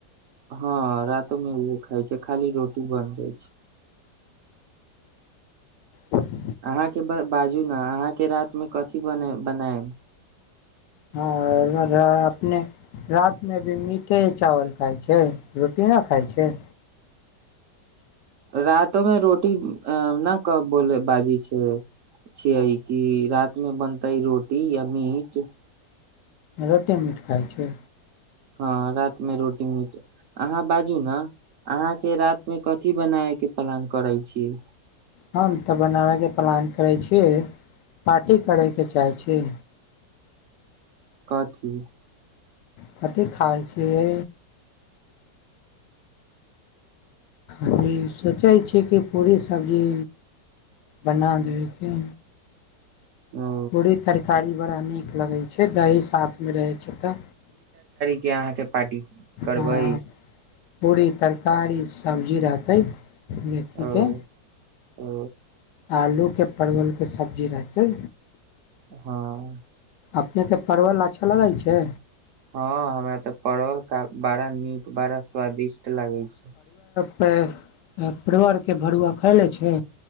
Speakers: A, on the right; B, on the left.
A: हँ रतमे यहे खाय छै खाली रोटी बन जाइ छै।
B: ह
A: अहाँके बाजू ने अहाँके राति मे कथी बने बनायब।
B: हां रात में रात में भी मीटे चावल खाइ छै, रोटी नहि खाइ छै।
A: रतोमे रोटी अ न बोल बाजी छै छीयै की रात में बनतै रोटी या मीट
B: रोटी मीट खाइ छै
A: हँ राति मे रोटी मीट, अहाँ बाजू ने अहाँके रात मे कथी बनाय के प्लान करै छी।
B: हम तऽ बनाबयके प्लान करै छी पार्टी करयके चाहै छी।
A: काथी
B: कथी खाइ छियै। अभी सोचै छियै कि पूरी सब्जी। बना लिय की
A: ओ
B: पूरी-तरकारी। बड़ा नीक लगे छै दही साथ। रहै छै तऽ
A: किया अहाँके पार्टी करबै।
B: हँ पूरी तरकारी सबजी रहतै मेथी
A: ओ
B: के
A: ओ
B: आलूके परवलके सब्जी रहतै
A: हँ
B: अपनेके परवल अच्छा लगै छै
A: हँ हमरा तऽ परबल बड़ा नीक बड़ा स्वादिष्ट लागै छै
B: प परवरके भरुआ खाय लै छै